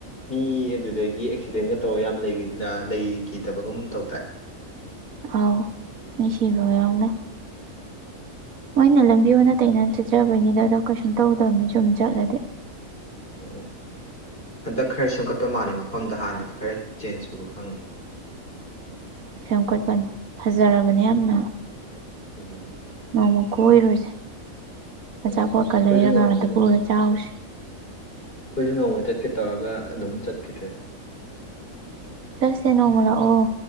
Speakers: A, on the left; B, on the right.
A: ꯃꯤ ꯑꯗꯨꯗꯒꯤ ꯑꯦꯛꯁꯤꯗꯦꯟꯒ ꯇꯧꯔꯒ ꯌꯥꯝ ꯂꯩꯈꯤꯗꯕꯒꯨꯝ ꯇꯧꯗꯥ
B: ꯑꯥꯎ ꯃꯤꯁꯤꯕꯅ
A: ꯎꯝ
B: ꯃꯣꯏꯅ ꯂꯝꯕꯤ ꯑꯣꯗ ꯇꯩꯅ ꯆꯠꯆꯕꯩꯅꯤꯗ ꯑꯗꯣ ꯀꯩꯁꯨꯝ ꯇꯧꯗꯕꯅꯤ ꯁꯨꯝ ꯆꯠꯂꯗꯤ
A: ꯎꯝ ꯍꯟꯗꯛ ꯈꯔ ꯁꯦꯝꯒꯠꯄ ꯃꯥꯜꯂꯦ ꯃꯐꯝꯗ ꯍꯥꯟꯅꯒ ꯈꯔ ꯆꯦꯟꯖ ꯁꯨꯕ ꯈꯪꯉꯦ
B: ꯁꯦꯝꯒꯠꯄꯅꯤ ꯐꯖꯔꯕꯅꯦ ꯌꯥꯝꯅ
A: ꯎꯝ
B: ꯅꯣꯡꯃ ꯀꯣꯏꯔꯨꯁꯦ
A: ꯎꯝ
B: ꯑꯆꯥꯄꯣꯠꯀ
A: ꯑꯩꯈꯣꯏꯁꯨ
B: ꯂꯩꯔꯒꯗ
A: ꯅꯣꯡꯃ ꯆꯠ
B: ꯄꯨꯔ ꯆꯥꯎꯁꯤ
A: ꯑꯩꯈꯣꯏꯁꯨ ꯅꯣꯡꯃ ꯆꯠꯀꯦ ꯇꯧꯔꯒ ꯑꯗꯨꯝ ꯆꯠꯈꯤꯗ꯭ꯔꯦ
B: ꯆꯠꯁꯦ ꯅꯣꯡꯃ ꯂꯥꯛꯑꯣ